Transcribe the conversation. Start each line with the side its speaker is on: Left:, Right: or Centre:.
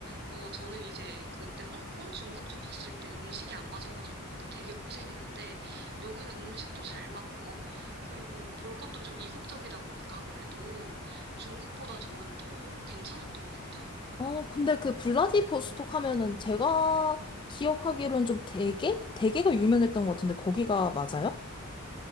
Right: 어, 저는 이제 그때 홍콩, 중국 쪽 갔을 때 음식이 안 맞아가지고 되게 고생했는데 여기는 음식도 잘 맞고 그리고 볼 것도 좀 이국적이다 보니까 아무래도 중국보다 저는 더 괜찮았던 것 같아요.
Left: 어, 근데 그 블라디보스톡 하면은 제가 기억하기로는 좀 대게? 대게가 유명했던 것 같은데 거기가 맞아요?